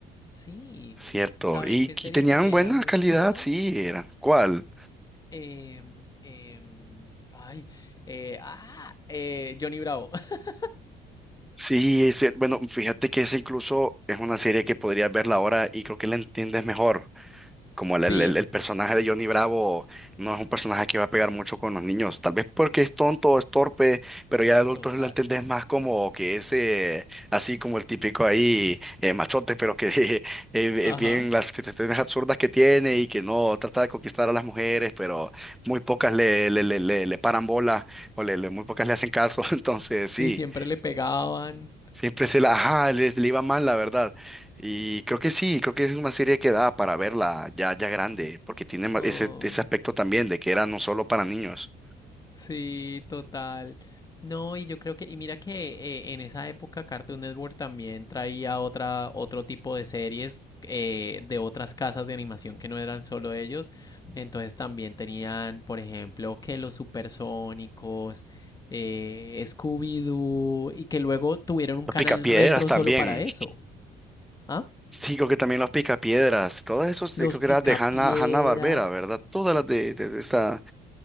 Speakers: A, on the left; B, in the centre.
A: Sí.
B: Cierto.
A: ¿Sabes
B: Y,
A: qué serie
B: y tenían
A: también
B: buena
A: era muy
B: calidad,
A: chistosa?
B: sí, eran. ¿Cuál?
A: Em, em, ay, eh, ah, eh, Johnny Bravo. <laughs>
B: Sí, es cier- Bueno, fíjate que esa incluso es una serie que podrías verla ahora y creo que la entiendes mejor. como
A: Sí,
B: el, el- el- el personaje de Johnny Bravo no es un personaje que va a pegar mucho con los niños, tal vez porque es tonto, es torpe, pero ya de adultos
A: total.
B: lo entendés más como que es eh, así como el típico ahí eh, machote, pero que <laughs> eh, eh,
A: Ajá.
B: bien las situaciones absurdas que tiene y que no trata de conquistar a las mujeres, pero muy pocas le, le, le, le, le paran bola o le, le- muy pocas le hacen caso, <laughs> entonces sí.
A: Y siempre le pegaban.
B: Siempre se la, ajá, les le iba mal, la verdad. Y creo que sí, creo que es una serie que da para verla ya, ya grande, porque tiene ma-
A: Ay.
B: ese, ese aspecto también de que era no solo para niños.
A: Sí, total. No, y yo creo que, y mira que eh, en esa época Cartoon Network también traía otra, otro tipo de series eh, de otras casas de animación que no eran solo ellos. Entonces también tenían, por ejemplo, que los supersónicos, eh, Scooby-Doo, y que luego tuvieron un
B: Los
A: canal
B: Picapiedras
A: retro
B: también.
A: solo para eso. ¿Ah?
B: Sí, creo que también los Picapiedras. Todas esos,
A: Los
B: eh, creo que
A: Picapiedras.
B: eran de Hanna, Hanna-Barbera, ¿verdad? Todas las de, de, de esta